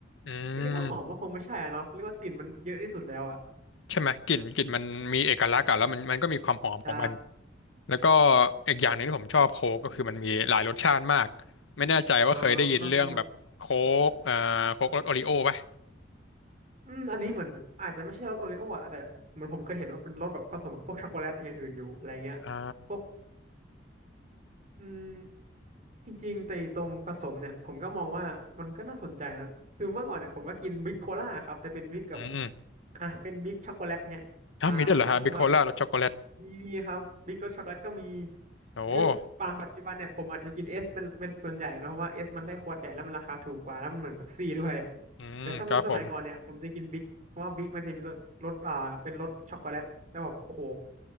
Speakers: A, on the left; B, on the right.
A: อื
B: ที่เรียกว่าหอมก็คงไม่ใช่อะเนาะเรียกว่ากลิ่นมันเยอะที่สุดแล้วอ่ะ
A: มใช่ไหมกลิ่นกลิ่นมันมีเอกลักษณ์อะแล้วมันมันก็มีความหอมของมัน
B: ใช่
A: แล้วก็อีกอย่างหนึ่งที่ผมชอบโค้กก็คือมันมีหลายรสชาติมากไม่แน่ใจว่าเคยได้ยินเรื่องแบบโค้กเอ่อโค้กรสโอริโอ้ปะ
B: อ๋อ อืมอันนี้เหมือนอาจจะไม่ใช่รสโอริโออ่ะแต่เหมือนผมเคยเห็นว่าเป็นรสแบบผสมกับพวกช็อกโกแลตอย่างอื่นอยู่อะไรเงี้ย
A: อ่า
B: พวก อืมจริงๆแต่ตรงผสมเนี่ยผมก็มองว่ามันก็น่าสนใจนะคือเมื่อก่อนเนี่ยผมก็กินบิ๊กโคล่าครับแต่เป็นบิ๊กกับ
A: อืม
B: อ่ะเป็นบิ๊กช็อกโกแลตเนี่ยอ่าผมก็รู้สึกว่า
A: ถ้าวมีด้วยเหรอฮะบิโคล่ารสช็อกโกแลต
B: มีดีครับบิ๊กรสช็อกโกแลตก็มี
A: โอ้
B: คือปาปัจจุบันเนี่ยผมอาจจะกินเอสเป็นเป็นส่วนใหญ่เนอะเพราะว่าเอสมันได้ขวดใหญ่แล้วมันราคาถูกกว่าแล้วมันเหมือนเป๊ปซี่ด้วย
A: อืมครับผม
B: แต่ถ้าเป็นสมัยก่อนเนี่ยผมจะกินบิ๊กเพราะว่าบิ๊กมันจะมีรสรสอ่าเป็นรสช็อกโกแลตแล้วแบบโอ้โห